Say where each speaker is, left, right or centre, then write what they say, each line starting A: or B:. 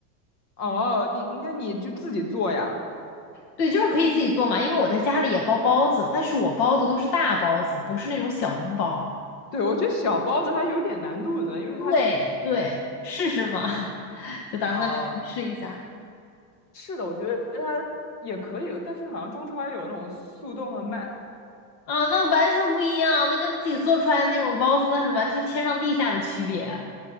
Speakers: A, on the left (about 70°); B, on the left (about 80°).
A: 哦，你那你就自己做呀？
B: 对，就是可以自己做嘛，因为我在家里也包包子，但是我包的都是大包子，不是那种小笼包。
A: 对，我觉得小包子还有点难度呢，因为它
B: 对对，试试嘛，<laughs> 就打算尝试一下。
A: 哦，是的，我觉得它也可以，但是好像中超也有那种速冻和卖，
B: 啊，那完全不一样，那跟自己做出来的那种包子，那是完全天上地下的区别。